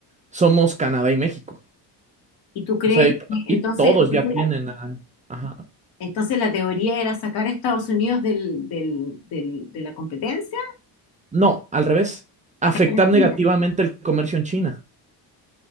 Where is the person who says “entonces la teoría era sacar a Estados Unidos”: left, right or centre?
Left